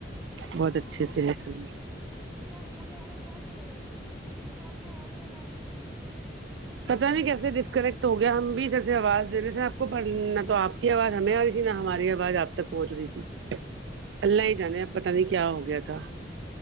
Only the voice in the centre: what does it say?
ے آ فون لگا کر کہاں چلے گئے تھے ہم آپ کو ووے لگا رہے تھے